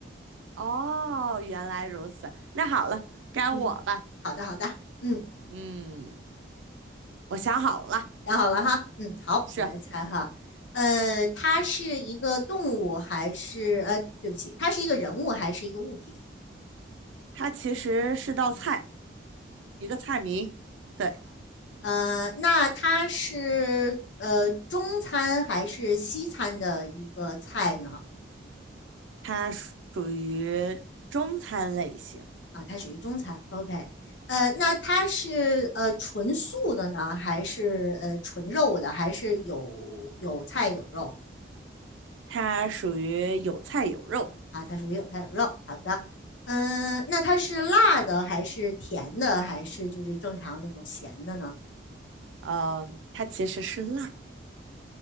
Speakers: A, on the right (about 85°); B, on the left (about 75°).
A: 哦，原来如此。那好了，该我吧。
B: 嗯，好的，好的，嗯，
A: 嗯，我想好了，
B: 想好了哈，嗯，好，
A: 是
B: 我来猜哈，呃，它是一个动物还是呃，对不起，它是一个人物还是一个物品？
A: 它其实是道菜，一个菜名。对，
B: 呃，那它是呃中餐还是西餐的一个菜呢？
A: 它属属于中餐类型，
B: 啊，它属于中餐。OK，呃，那它是呃纯素的呢，还是呃纯肉的，还是有有菜有肉
A: 它属于有菜有肉。
B: 啊？它属于有菜有肉。好的，嗯、那它是辣的，还是甜的，还是就是正常那种咸的呢？
A: 嗯，它其实是辣，